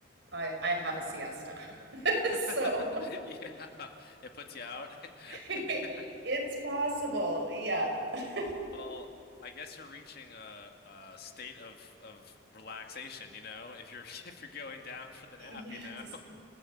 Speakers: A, on the right; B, on the left.
A: I I have a siesta. <laughs> So
B: <laughs> Yeah. It puts you out. <laughs>
A: <laughs>
B: Yeah.
A: It's possible. Yeah. <laughs>
B: Well, I guess you're reaching a, a state of of relaxation, you know, if you're <laughs> if you're going down for the nap,
A: Yes,
B: you know.